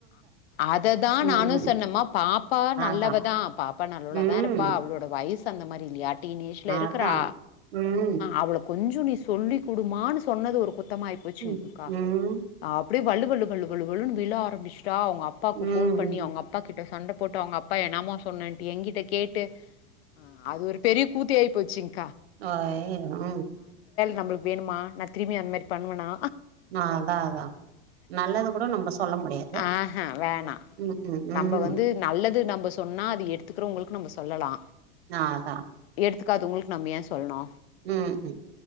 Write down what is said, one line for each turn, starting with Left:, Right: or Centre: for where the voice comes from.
Left: அததா நானு
Right: ம்
Left: சொன்னேம்மா பாப்பா நல்லவதா
Right: அதா
Left: பாப்பா நல்லவளா
Right: ம்
Left: தா இருப்பா அவளோட வயஸு அந்த மாரி இல்லயா டீன் ஏஜ்ல
Right: அதா
Left: இருக்குறா
Right: ம்
Left: அவுளுக்கு கொஞ்சோ நீ சொல்லி குடுமானு சொன்னது ஒரு குத்தமாயி போச்சுங்க்கா
Right: ம் ம்
Left: அப்டியே வள்ளுவள்ளுவள்ளுவள்ளு விழ ஆரம்பிச்டா அவங்க அப்பாக்கு
Right: ம்
Left: ஃபோன் பண்ணி அவங்க அப்பா கிட் சண்ட போட்டு அவங்க அப்பா என்னாம சொன்னன்ட்டு ஏகிட்ட கேட்டு அது ஒரு பெரிய <unintelligible>
Right: ஆயினும்
Left: நம்ளுக்கு வேனுமா நா திரும்பி அந்த மாரி பண்ணுவேனா
Right: அதா அதா நல்லது கூட நம்ப சொல்ல முடியாது
Left: ஆஹ வேணா
Right: ம் ம்
Left: நம்ப
Right: ம்
Left: வந்து நல்லது நம் ப சொன்னா அது எடுத்துக்கிறவங்களுக்கு நம்ப சொல்லலா
Right: ஆ அதா
Left: எடுத்துக்காதவங்களுக்கு நம்ம ஏ சொல்லனு
Right: ம் ம்